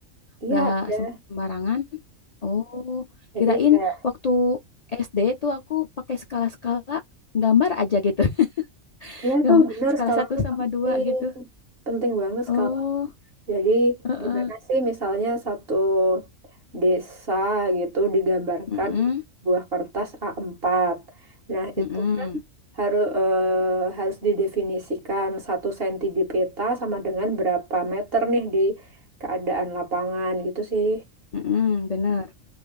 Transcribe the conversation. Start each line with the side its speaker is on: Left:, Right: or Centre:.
Right: Iya
Left: nggak
Right: ada.
Left: sembarangan. Oh,
Right: Jadi
Left: kirain
Right: kayak,
Left: waktu SD itu aku pakai skala-skala gambar aja gitu. <laughs>
Right: ya
Left: Gambar
Right: tuh benar
Left: skala
Right: skala
Left: satu
Right: tuh
Left: sama
Right: penting,
Left: dua gitu.
Right: penting banget
Left: Oh,
Right: skala. Jadi
Left: heeh.
Right: gimana sih misalnya satu desa gitu digambarkan
Left: Mm-mm,
Right: di sebuah kertas A4. Nah,
Left: mm-mm,
Right: itu kan harus harus didefinisikan satu senti di peta sama dengan berapa meter nih di keadaan lapangan gitu sih.
Left: mm-mm, bener.